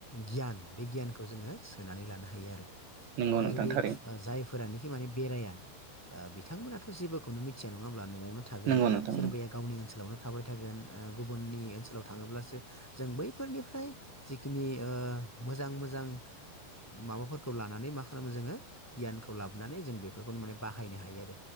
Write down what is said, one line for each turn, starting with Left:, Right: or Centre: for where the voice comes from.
Centre: गियान बे गियानखौ जोङो सोनानै लानो हायो आरो
Right: नंगौ
Centre: दा
Right: नोंथां
Centre: जुदि
Right: थारैनो
Centre: ओ जायफोर फोरानोखि माने बेराया बिथांमोना थ' जेबोखौनो मिथिया नङा होनब्ला नङ नो थागोन
Right: नंगौ नोंथां
Centre: सोरबाया गावनि ओनसोलावनो थाबाय थायोन ओ गुबुननि ओनसोलाव थाङोब्लासो जों बैफोरनिफ्राय जिखिनि ओ मोजां मोजां माबाफोरखौ लानानै मा खालामो जोङो गियानखौ लाबोनानै जों बेफोरखौनो माने बाहायनो हायो आरो